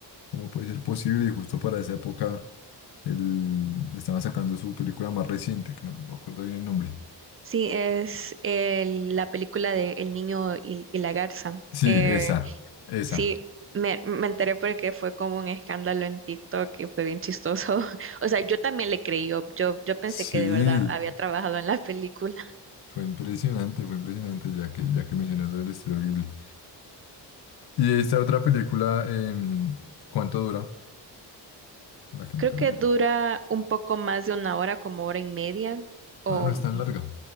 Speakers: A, on the left; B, on the right.
A: cómo puede ser posible. Y justo para esa época el- estaban sacando su película más reciente, que no, no me acuerdo bien el nombre.
B: Sí, es el- la película de El niño y, y la garza.
A: Sí,
B: Eh,
A: esa, esa.
B: sí, me, me enteré porque fue como un escándalo en TikTok y fue bien chistoso. <laughs> O sea, yo también le creí, yo, yo, yo pensé
A: Sí,
B: que de verdad había trabajado en la <laughs> película.
A: fue impresionante, fue impresionante, ya que, ya que mencionas lo del estudio Ghibli. Y esta otra película, em, ¿cuánto dura? La que me
B: Creo
A: acabas
B: que
A: de
B: dura
A: decir.
B: un poco más de una hora, como hora y media o
A: Ah, no es tan larga.